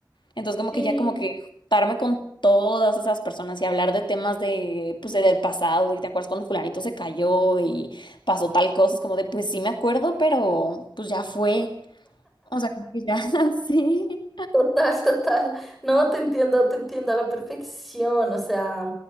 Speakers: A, on the left; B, in the centre.
A: Entonces, como
B: Sí,
A: que ya como que juntarme con todas esas personas y hablar de temas de, pues, de- del pasado, y te acuerdas cuando fulanito se cayó y pasó tal cosa, es como de, pues sí me acuerdo, pero pues ya fue. O sea, como que ya, <laughs> sí.
B: Total, total. No, te entiendo, te entiendo a la perfección. O sea,